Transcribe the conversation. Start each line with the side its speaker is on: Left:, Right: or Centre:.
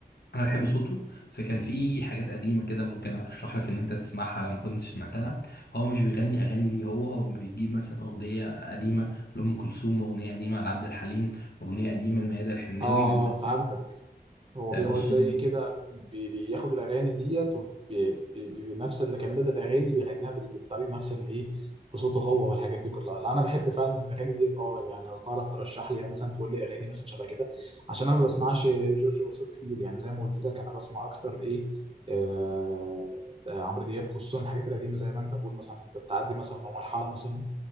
Left: انا بحب صوته فكان في حاجات قديمه كده ممكن ارشح لك ان انت تسمعها لو ما كنتش سمعتها هو مش بيغني اغاني ليه هو هو بيجيب مثلا اغنيه قديمه لام كلثوم اغنيه قديمه لعبد الحليم اغنيه قديمه لميادة الحناوي
Right: اه
Left: بيبدا
Right: فهمتك هو
Left: بالصوت
Right: بيقعد زي كده بي- بياخد الاغاني ديت وبي- بي- بي- بنفس اللي كلمات الاغاني بيغنيها بال- بالطريقه نفس اللي ايه بصوته هو والحاجات دي كلها لا انا بحب فعلا الاغاني ديت اه يعني لو تعرف ترشح لي يعني مثلا تقول لي اغاني مثلا شبه كده عشان انا ما بسمعش جورج وسوف كتير يعني زي ما قلت لك انا بسمع اكتر ايه آه عمرو دياب خصوصا الحاجات القديمه زي ما انت بقول مثلا انت بتعدي مثلا من مرحله مثلا